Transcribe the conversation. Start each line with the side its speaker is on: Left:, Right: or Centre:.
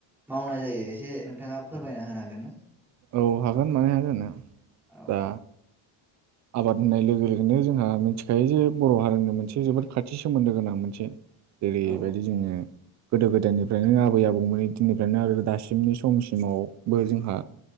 Centre: मावनाय जायो एसे नोंथाङा फोरमायना होनो हागोन ना
Right: औ हागोन मानो हाया जानो
Centre: औ
Right: दा आबाद होननाय लोगो लोगोनो जोंहा मिथिखायो जे बर' हारिनि मोनसे जोबोद खाथि सोमोन्दो गोनां मोनसे ओरैबायदि
Centre: औ
Right: जोङो गोदो गोदायनिफ्रायनो आबै आबौमोननि दिननिफ्रायनो आरो दासिमनि समसिमावबो जोंहा